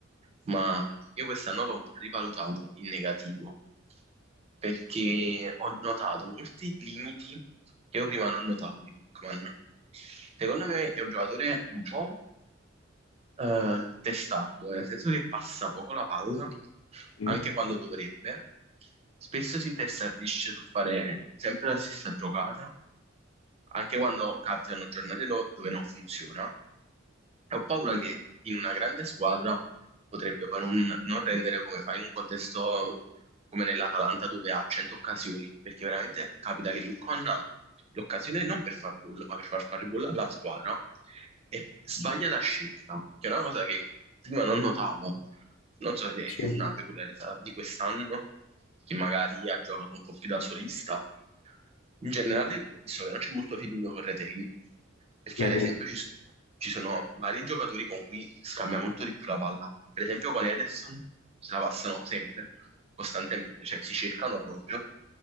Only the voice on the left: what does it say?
sì,
sì,
è
vero.